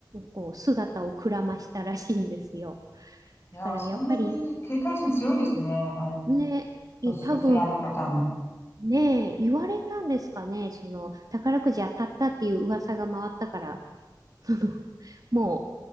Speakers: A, on the right; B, on the left.
A: こう、姿をくらましたらしいんですよ。
B: いやー、
A: だから、
B: そんなに警戒心強いですね。
A: やっぱり、
B: あい、
A: ね、え多分
B: そ、そちらの方も。
A: ねえ、言われたんですかね、その宝くじ当たったっていう噂が回ったから、<laughs> そのも